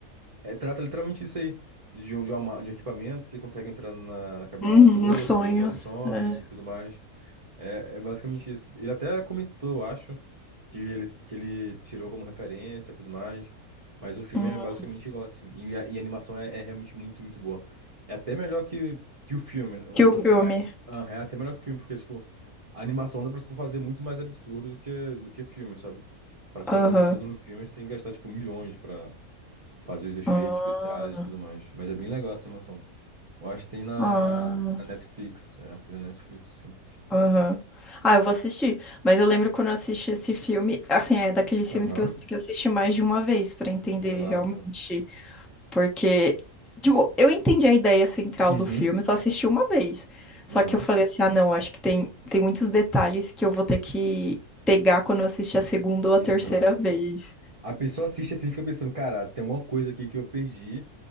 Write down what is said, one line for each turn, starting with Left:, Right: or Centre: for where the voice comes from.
Right: é, trata literalmente isso aí. De um, de uma ma- de um equipamento, você consegue entrar na, na cabeça
Centre: Uhum,
Right: dos outros,
Centre: nos sonhos.
Right: dominar os sonhos
Centre: É.
Right: e tudo mais. É, é basicamente isso. Ele até comentou, acho, que ele, que ele tirou como referência e tudo mais. Mas o filme
Centre: Uhum.
Right: é basicamente igual, assim. E a, e a animação é, é realmente muito, muito boa. É até melhor que, que o filme. né? Um-
Centre: Que o
Right: um-
Centre: filme.
Right: É, aham, é até melhor que o filme, porque, tipo, a animação dá pra tu fazer muito mais absurdo do que, do que filme, sabe? Pra tu
Centre: Aham.
Right: fazer um absurdo no filme, você tem que gastar, tipo, milhões pra fazer os efeitos
Centre: Ah,
Right: especiais e tudo mais. Mas é bem legal essa animação. Eu acho que tem na,
Centre: ah,
Right: na Netflix. É, tem na Netflix, assim.
Centre: aham. Ah, eu vou assistir. Mas eu lembro quando eu assisti esse filme, assim, é daqueles
Right: Aham.
Centre: filmes que você tem que assistir mais de uma vez pra entender
Right: Exato.
Centre: realmente. Porque, tipo, eu entendi a ideia central
Right: Uhum.
Centre: do filme, eu só assisti uma vez. Só
Right: Aham.
Centre: que eu falei assim, ah, não, acho que tem, tem muitos detalhes que eu vou ter que pegar quando eu assistir a segunda ou
Right: Exato.
Centre: a terceira vez.
Right: A pessoa assiste assim e fica pensando, cara, tem alguma coisa aqui que eu perdi,